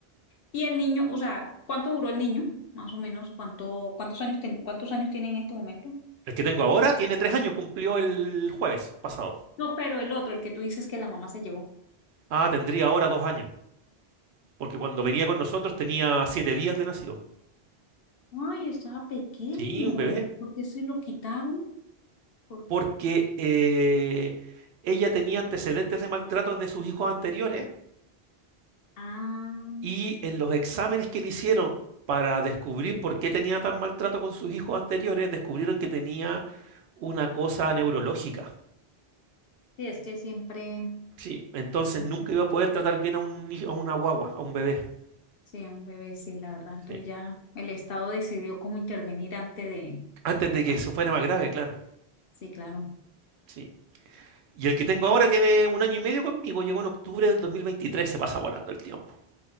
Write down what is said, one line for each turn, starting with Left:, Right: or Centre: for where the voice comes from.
Left: y el niño, o sea, ¿cuánto duró el niño? Más o menos, ¿cuánto, cuántos años ten- cuántos años tiene en este momento?
Right: el que tengo ahora tiene tres años, cumplió el jueves pasado.
Left: No, pero el otro, el que tú dices que la mamá se llevó.
Right: Ah, tendría ahora dos años, porque cuando venía con nosotros tenía siete días de nacido.
Left: Ay, estaba pequeño.
Right: Sí, un bebé.
Left: ¿Por qué se lo quitaron? Por-
Right: porque eh, ella tenía antecedentes de maltrato de sus hijos anteriores
Left: Ah,
Right: y en los exámenes que le hicieron para descubrir por qué tenía tan maltrato con sus hijos anteriores, descubrieron que tenía una cosa neurológica.
Left: sí, es que siempre...
Right: Sí, entonces
Left: siempre-
Right: nunca iba a poder tratar bien a un, ni- a una guagua, a un bebé.
Left: Sí, un bebé sí, la verdad. Entonces
Right: Sí.
Left: ya el Estado decidió cómo intervenir antes de,
Right: Antes
Left: de
Right: de
Left: que pase.
Right: que eso fuera más grave, claro.
Left: Sí, claro.
Right: Sí. Y el que
Left: Ajá.
Right: tengo ahora tiene un año y medio conmigo, llegó en octubre del 2023, se pasa volando el tiempo.